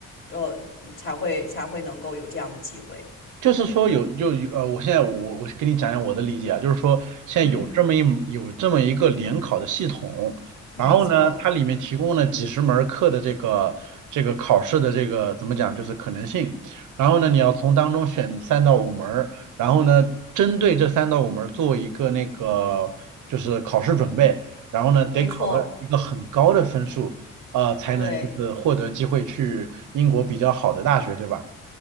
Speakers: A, on the left; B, on the right.
A: 呃，才会才会能够有这样的机会。
B: 就是说有就有呃，我现在我我跟你讲讲我的理解啊，就是说现在有这么一有这么一个联考的系统，
A: 嗯，没错，
B: 然后呢，它里面提供了几十门儿课的这个这个考试的这个怎么讲，就是可能性，然后呢，你要从当中选三到五门儿然后呢，针对这三到五门儿做一个那个就是考试准备，然后呢，得考到一个很高的分数，
A: 没错，
B: 呃，才能就是获得机会去英国比较好的大学，
A: 对。
B: 对吧？